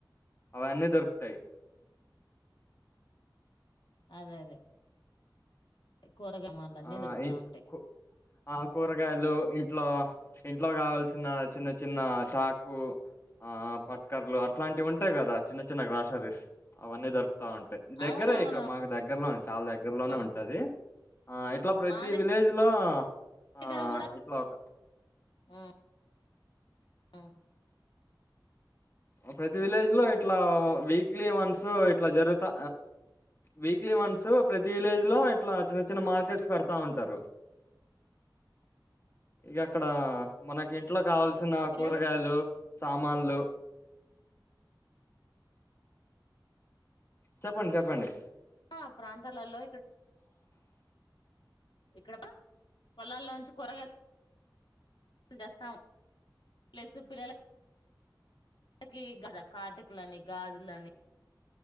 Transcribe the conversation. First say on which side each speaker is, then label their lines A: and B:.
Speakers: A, on the left (about 35°); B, on the left (about 70°).
A: అవన్నీ దొరుకుతాయ్
B: అదే అదే కూరగాయ్ మాల్లన్నీ
A: ఆ
B: దొరుకుతాంటాయ్
A: ఇ కూ ఆ కూరగాయలు ఇంట్లో ఇంట్లో కావాల్సిన చిన్న చిన్న చాకు ఆ పట్కర్లు అట్లాంటివి ఉంటాయి కదా చిన్న చిన్న గ్రాసరీస్ అవన్నీ దొరుకుతా ఉంటాయి దగ్గరే
B: అవునవును అవును
A: ఇక్కడ మాకు దగ్గర్లోనే చాలా దగ్గర్లోనే
B: అవును అవును
A: ఉంటది ఆ ఇట్ల ప్రతి
B: మా
A: విలేజ్ లో ఆ
B: దగ్గర
A: ఆ
B: కూడా
A: ఇట్లా ఒక
B: ఉమ్, ఉమ్
A: ప్రతి విలేజ్ లో ఇట్లా వీక్లీ వన్స్ ఇట్లా జరుగుతా వీక్లీ వన్స్ ప్రతి విలేజ్ లో ఇట్ల చిన్న చిన్న మార్కెట్స్ పెడతా ఉంటారు. ఇక అక్కడ మనకి ఇంట్లో కావాల్సిన
B: ఆ పిల్లలు
A: కూరగాయలు సామాన్లు. చెప్పండి చెప్పండి.
B: ఆ ప్రాంతాలలో ఎక్కడ పా. పొలాల్లోంచి కూరగాయలు. దెస్తాం ప్లస్సు పిల్లల ఇంతకి గదా కాటుకలని గాజులని.